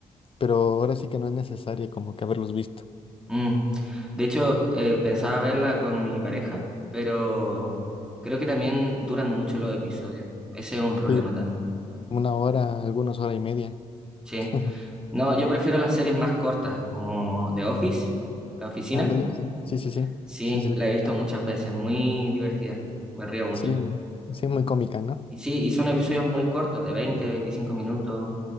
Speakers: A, on the left (about 40°); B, in the centre.
A: pero ahora sí que no es necesario como que haberlos visto.
B: Mm. De hecho, eh, pensaba verla con mi pareja, pero creo que también duran mucho los episodios. Ese es un problema
A: Sí,
B: también.
A: como una hora, algunos hora y media.
B: Sí.
A: <laughs>
B: No, yo prefiero las series más cortas, como The Office, La Oficina.
A: Ándale, sí, sí, sí, sí.
B: Sí,
A: Sí, sí, le
B: la
A: conozco.
B: he visto muchas veces, muy divertida. Me río mucho.
A: sí, sí, muy cómica, ¿no?
B: Y sí, y son episodios muy cortos, de 20, 25 minutos.